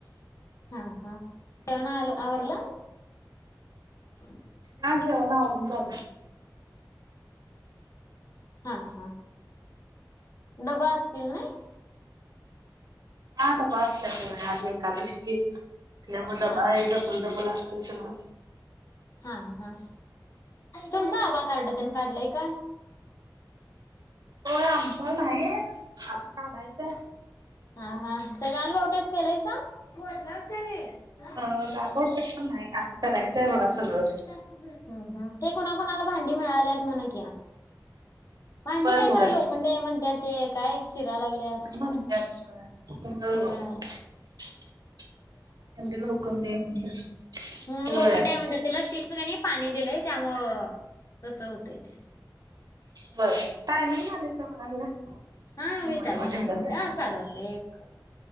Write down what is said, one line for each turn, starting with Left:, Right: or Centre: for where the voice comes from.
Left: हा हा जेवण आल आवरलं? <inaudible>
Right: हा जेवण आवरून झाल
Left: हा हा! डबा आसतील नाही.
Right: हा डबा असत्यात ना आज एकादशी हे त्या मूळ डबा
Left: हा
Right: हे
Left: एक
Right: डबल डबल अस तेस ना
Left: हा हा! तुमच आबा कार्ड त्यान काढलय का?
Right: हो आमचं न्हाई आता काढायचंय.
Left: हा हा तर लाल होटच केलेय. फोडलाच त्यांनी <unintelligible>
Right: अ लाल बहुतेक पण नाही आता करायचंय बघा
Left: हं
Right: सगळं.
Left: हं ते कुणाकुणाला भांडी मिळाल्यात म्हण किया भांडी
Right: होय
Left: काय?
Right: होय.
Left: तरं लोखंड आहे म्हणत्यात ते काय? चिरा
Right: म्हणत्यात.
Left: लागल्यात
Right: <unintelligible>
Left: होय
Right: <unintelligible>
Left: हूं
Right: होय
Left: लोखंडय म्हणतात त्याला स्टीलचं का नाही पाणी दिलंय त्यामुळ तसं होतय ते.
Right: बरं टायमिंग झाले का बघा जरा.
Left: हा
Right: मोबाईल
Left: विहितालय
Right: मध्ये
Left: दोन मिनिट अ चालू असत एक